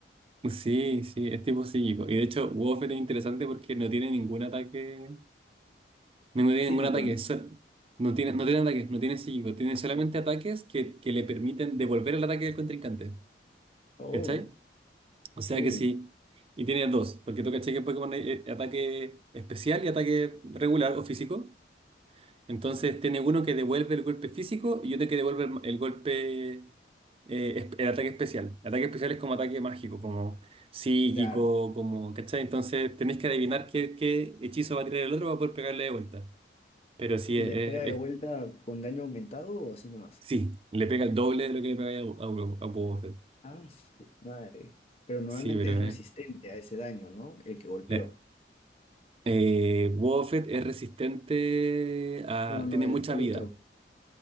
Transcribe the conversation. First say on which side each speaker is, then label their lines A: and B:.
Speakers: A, on the right; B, on the left.
A: Sí, sí, es tipo psíquico. Y de hecho, Wobbuffet es interesante porque no tiene ningún ataque. No tiene
B: Psíquico,
A: ningún ataque.
B: ¿no?
A: so- No tiene, no tiene ataques, no tiene psíquico. Tiene solamente ataques que, que le permiten devolver el ataque del contrincante.
B: Oh,
A: ¿Cachai? O sea
B: sí,
A: que sí. Y tiene dos, porque tú caché que en Pokémon hay eh, ataque especial y ataque regular o físico. Entonces tiene uno que devuelve el golpe físico y otro que devuelve el, el golpe, eh, es- el ataque especial. El ataque especial es como ataque mágico, como psíquico,
B: claro.
A: como, ¿cachai? Entonces tenés que adivinar qué, qué hechizo va a tirar el otro para poder pegarle de vuelta. Pero sí,
B: ¿Y
A: es,
B: le
A: es-
B: pega de
A: es-
B: vuelta con daño aumentado o así nomás?
A: sí, le pega el doble de lo que le pega a, a, a Boba Fett.
B: Ah, su madre. Pero normalmente
A: Sí, pero
B: es resistente
A: eh,
B: a ese daño, ¿no? El que golpeó.
A: la, Eh, Buffett es resistente a...
B: No, no, no,
A: tiene
B: el,
A: mucha
B: el
A: vida.
B: otro.